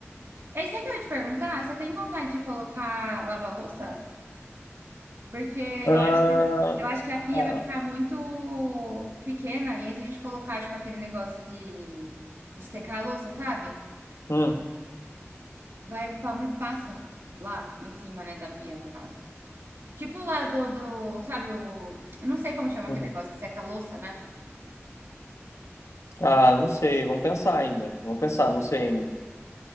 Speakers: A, on the right (about 60°); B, on the left (about 80°).
A: É isso aí que eu ia te perguntar, você tem vontade de colocar lava-louça? Porque eu
B: Ah,
A: acho que, eu acho que a pia
B: ah,
A: vai ficar muito pequena, e aí se a gente colocar, tipo, aquele negócio de, de secar a louça, sabe?
B: hum.
A: Vai ocupar muito espaço lá em cima, né, da pia, no caso. Tipo lá do, do, sabe, o... Eu não sei como chama
B: hum.
A: aquele negócio de secar a louça, né?
B: Ah, não sei, vamos pensar ainda. Vamos pensar, não sei ainda.